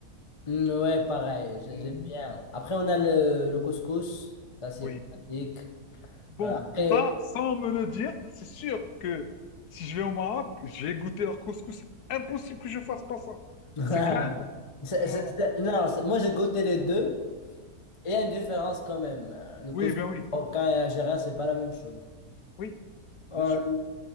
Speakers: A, on the left; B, on the left.
A: mm, ouais, pareil, j'ai-
B: Mhm.
A: j'aime bien. Après, on a le, le couscous. Ça, c'est
B: Oui.
A: classique.
B: Bon,
A: Euh, Après,
B: ça, sans me le dire, c'est sûr que si je vais au Maroc, je vais goûter leur couscous. Impossible que je fasse pas ça.
A: <laughs>
B: C'est clair.
A: c'est-
B: Voilà.
A: c'est- c'est- non, c'est- moi, j'ai goûté les deux. Et il y a une différence quand même. Euh, Le
B: Oui,
A: couscous
B: ben oui.
A: marocain et algérien, c'est pas la même chose.
B: Oui,
A: Euh,
B: bien sûr.